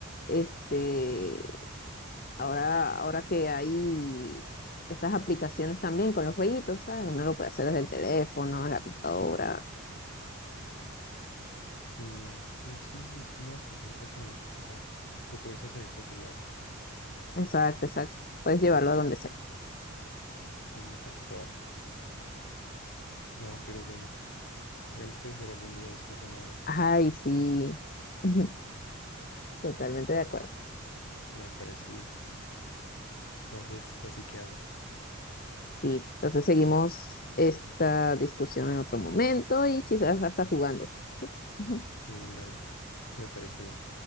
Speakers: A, on the left; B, on the left.
A: este Ahora, ahora que hay estas aplicaciones también con los jueguitos, ¿sabes? Uno lo puede hacer desde el teléfono, la computadora.
B: Y mm, sí, es como bastante entretenido. O sea, lo puedes hacer en cualquier lado.
A: Exacto, exacto. Puedes llevarlo a donde sea.
B: Sí, tal cual. No, pero bueno, tenemos que jugar algún día de estos uno a ver.
A: Ay, sí. <laughs> Totalmente de acuerdo.
B: Me parece bien. Entonces, así quedamos.
A: Sí, entonces seguimos esta discusión en otro momento y quizás hasta jugando. Sí. <laughs>
B: Mm, Dale, me parece bien.